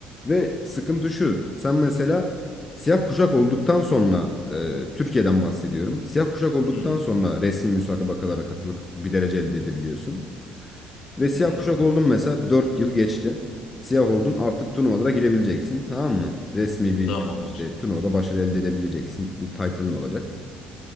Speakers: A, on the left (about 30°); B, on the left (about 65°).
A: Ve sıkıntı şu. Sen mesela siyah kuşak olduktan sonra e, Türkiye'den bahsediyorum. Siyah kuşak olduktan
B: Hmm.
A: sonra resmi müsabakalara katılıp bir derece elde edebiliyorsun. Ve siyah
B: Anladım.
A: kuşak oldun mesela 4 yıl geçti. Siyah oldun artık turnuvalara girebileceksin. Tamam mı? Resmi bir
B: Tamamdır.
A: işte turnuvada başarı elde edebileceksin. Bir title'ın olacak.